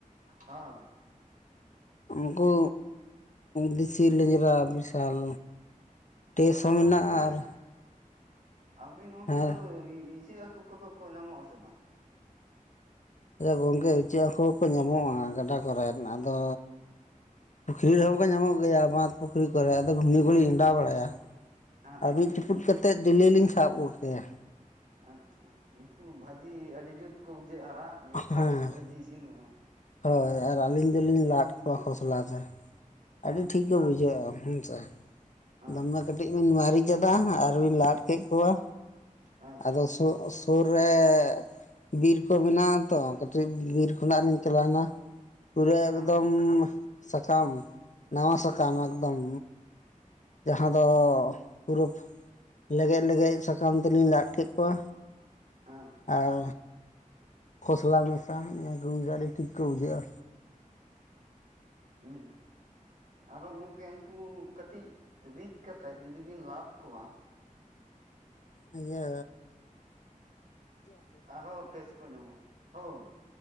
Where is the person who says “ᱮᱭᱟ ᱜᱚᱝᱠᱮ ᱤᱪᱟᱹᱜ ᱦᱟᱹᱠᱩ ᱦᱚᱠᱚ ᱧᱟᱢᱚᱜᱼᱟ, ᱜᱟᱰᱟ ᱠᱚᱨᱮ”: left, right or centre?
Left